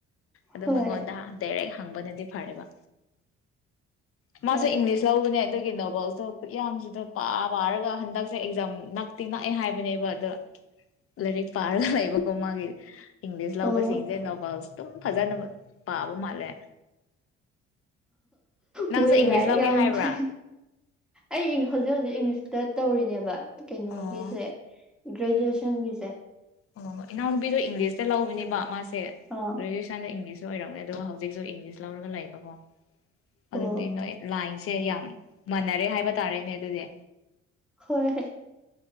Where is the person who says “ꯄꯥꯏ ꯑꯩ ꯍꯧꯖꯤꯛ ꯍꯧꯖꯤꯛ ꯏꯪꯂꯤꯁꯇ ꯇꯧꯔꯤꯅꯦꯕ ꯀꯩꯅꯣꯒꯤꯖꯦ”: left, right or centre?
Centre